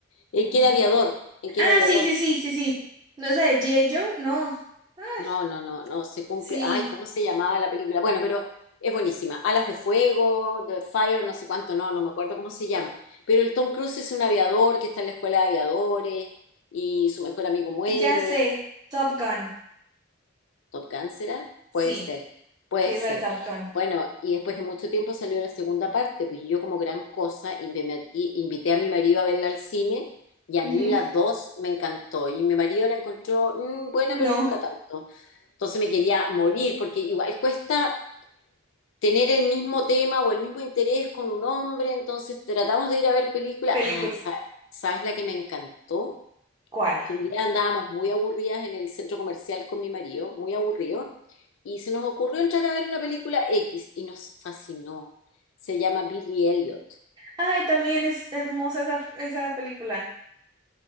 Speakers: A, on the left; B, on the right.
A: En
B: No.
A: que era aviador, ¿El que
B: Ah,
A: era aviador.
B: sí, sí, sí, sí, sí, ¿no es la de G.I. Joe? No, ay,
A: No, no, no, no, se cumple.
B: sí,
A: Ay, ¿cómo se llamaba la película? Bueno, pero es buenísima. Alas de Fuego, The Fire, no sé cuánto, no, no me acuerdo cómo se llama. Pero el Tom Cruise es un aviador que está en la escuela de aviadores y su mejor amigo muere.
B: ya sé, Top Gun,
A: ¿Top Gun será?
B: sí,
A: Puede ser, puede
B: sí, es
A: ser.
B: la de Top Gun,
A: Bueno, y después de mucho tiempo salió la segunda parte, pues y yo como gran cosa inve- me ati- invité a mi marido a verla al cine y a
B: Ujú.
A: mí la dos me encantó y mi marido la encontró mm, buena,
B: No.
A: pero nunca tanto. Entonces me quería morir, porque igual cuesta tener el mismo tema o el mismo interés con un hombre, entonces tratamos de ir a ver películas.
B: Película.
A: Ay, sa- ¿sabes, la que me encantó?
B: ¿Cuál?
A: Que un día andábamos muy aburridas en el centro comercial con mi marido, muy aburrido, y se nos ocurrió entrar a ver una película X y nos fascinó. Se llama Billy Elliot.
B: Ay, también es hermosa esa, esa película.